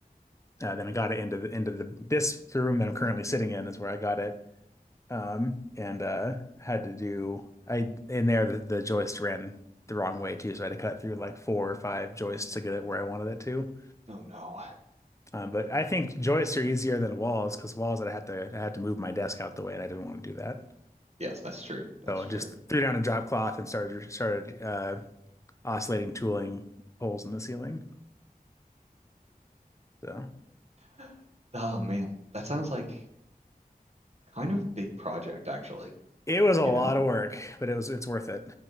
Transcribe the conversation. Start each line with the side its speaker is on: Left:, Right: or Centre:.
Left: Uh, then I got it into the into the this the room that I'm currently sitting in is where I got it um, and uh, had to do I in there the, the joist ran the wrong way too, so I had to cut through like four or five joists to get it where I wanted it to.
Right: oh no.
Left: Um, but I think joists are easier than walls because walls I had to I had to move my desk out the way, and I didn't want to do that.
Right: Yes, that's true. That's
Left: So
Right: true.
Left: I just threw down a drop cloth and started started uh, oscillating tooling holes in the ceiling. So
Right: <gasps> Oh man, that sounds like Kind of a big project, actually,
Left: it was a
Right: you
Left: lot
Right: know?
Left: of work, but it was it's worth it.